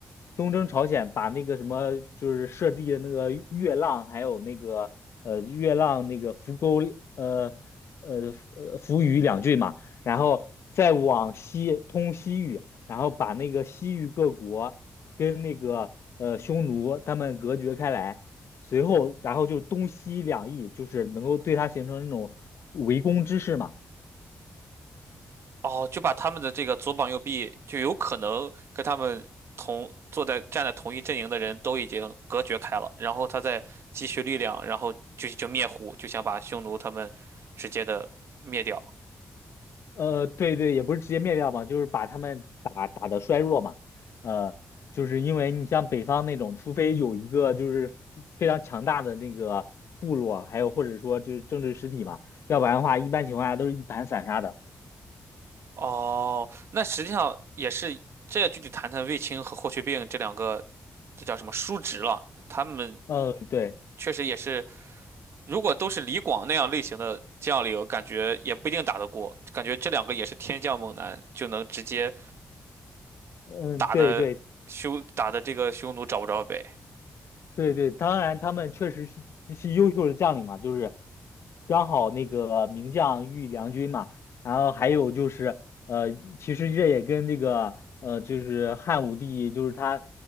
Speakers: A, on the left; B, on the right.
A: 东征朝鲜把那个什么就是设计的那个月浪，还有那个呃月浪那个浮沟呃呃呃扶余两郡嘛。然后再往西通西域，然后把那个西域各国跟那个呃匈奴他们隔绝开来，随后然后就东西两翼，就是能够对它形成那种围攻之势嘛。
B: 哦，就把他们的这个左膀右臂，就有可能跟他们同坐在站在同一阵营的人都已经隔绝开了，然后他再积蓄力量，然后就就灭胡，就想把匈奴他们直接的灭掉。
A: 呃，对对，也不是直接灭掉嘛，就是把他们打打的衰弱嘛。呃，就是因为你像北方那种，除非有一个就是非常强大的那个部落，还有或者说就是政治实体嘛，要不然的话，一般情况下都是一盘散沙的。
B: 哦，那实际上也是，这要具体谈谈卫青和霍去病这两个，这叫什么叔侄了？他们
A: 嗯，对，
B: 确实也是。如果都是李广那样类型的将领，感觉也不一定打得过。感觉这两个也是天降猛男，就能直接
A: 嗯，
B: 打的匈打的这个匈奴找不着北。
A: 对对，对对，当然他们确实是这些优秀的将领嘛，就是刚好那个名将遇良军嘛，然后还有就是呃，其实这也跟这个呃，就是汉武帝就是他